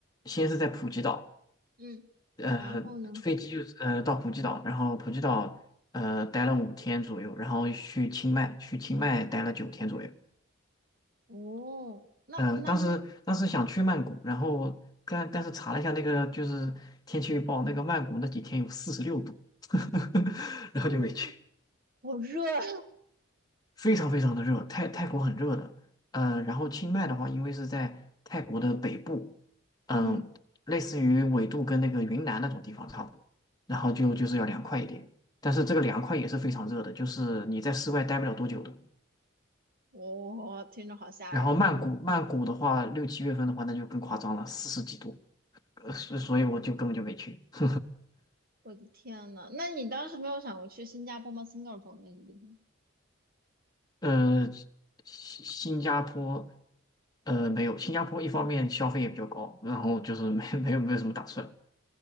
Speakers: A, on the left (about 20°); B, on the right (about 45°).
A: 先是在普吉岛，
B: 嗯，
A: 呃，
B: 然后呢？
A: 飞机就是呃到普吉岛，然后普吉岛呃待了五天左右，然后去清迈，去清迈待了九天左右。
B: 哦，
A: 呃，
B: 那那
A: 当时当时想去曼谷，然后但但是查了一下那个就是天气预报，那个曼谷那几天有四十六度，<laughs> 然后就没去。
B: 哦，好热啊，
A: 非常非常的热，泰泰国很热的。呃，然后清迈的话，因为是在泰国的北部，嗯、
B: 嗯，
A: 类似于纬度跟那个云南那种地方差不多，然后就就是要凉快一点，但是这个凉快也是非常热的，就是你在室外待不了多久的。
B: 我、听着好吓人，
A: 然后曼谷曼谷的话，六七月份的话，那就更夸张了，四十几度。呃，所所以我就根本就没去。<laughs>
B: 我的天呐，那你当时没有想过去新加坡吗新加坡那些地方？
A: 呃，新新加坡，呃，没有，新加坡一方面消费也比较高，然后就是没 <laughs> 没有没有什么打算，